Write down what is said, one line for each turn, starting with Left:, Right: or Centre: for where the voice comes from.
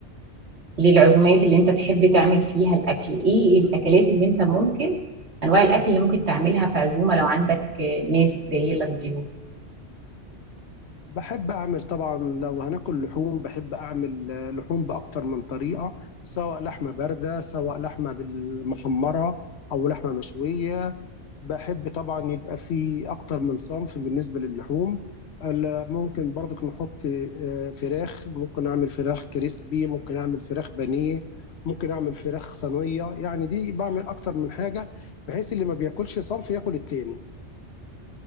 Right: للعزومات اللي انت تحب تعمل فيها الاكل ايه إيه الاكلات اللي انت ممكن انواع الاكل اللي ممكن تعملها في عزومه لو عندك آه، ناس جايه لك ضيوف
Left: بحب أعمل طبعا لو هناكل لحوم بحب أعمل آه، لحوم بأكتر من طريقة سواء لحمة باردة سواء لحمة بالمحمرة أو لحمة مشوية بحب طبعا يبقى في اكتر من صنف بالنسبه للحوم ال- ممكن برضك نحط آه، فراخ ممكن اعمل فراخ كريسبي ممكن اعمل فراخ بانيه ممكن اعمل فراخ صينيه يعني دي بعمل اكتر من حاجه بحيث اللي ما بياكلش صنف ياكل التاني